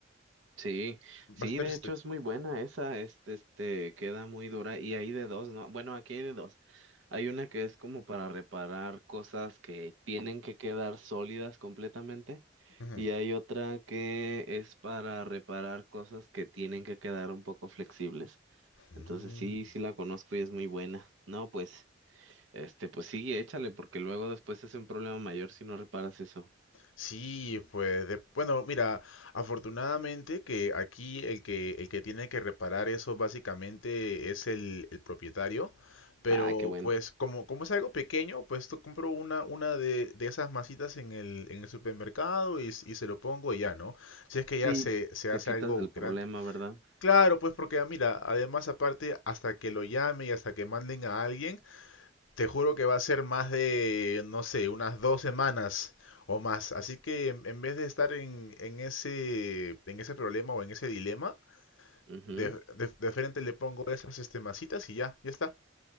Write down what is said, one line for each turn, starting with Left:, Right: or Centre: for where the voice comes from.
Right: Sí,
Left: Bastante
Right: sí, de
Left: resistente.
Right: hecho es muy buena esa, este, este, queda muy dura y hay de dos, ¿no? Bueno, aquí hay de dos. Hay una que es como para reparar cosas que tienen que quedar sólidas completamente
Left: Ujú.
Right: y hay otra que es para reparar cosas que tienen que quedar un poco flexibles. Entonces
Left: Mm.
Right: sí, sí la conozco y es muy buena. No, pues, este, pues sí, échale porque luego después es un problema mayor si no reparas eso.
Left: Sí, pues, de- bueno, mira, afortunadamente que aquí el que, el que tiene que reparar eso básicamente es el, el propietario, pero
Right: Ah, qué bueno.
Left: pues como, como es algo pequeño, pues tú compro una, una de, de esas masitas en el, en el supermercado y, s- y se lo pongo y ya, ¿no? Si es que ya
Right: Sí,
Left: se, se
Right: te
Left: hace
Right: quitas
Left: algo
Right: del problema,
Left: grande.
Right: ¿verdad?
Left: Claro, pues porque ah, mira, además aparte, hasta que lo llame y hasta que manden a alguien, te juro que va a ser más de, no sé, unas dos semanas o más. Así que en, en vez de estar en, en ese, en ese problema o en ese dilema,
Right: Ujú.
Left: de, de- de frente le pongo esas este, masitas y ya, ya está.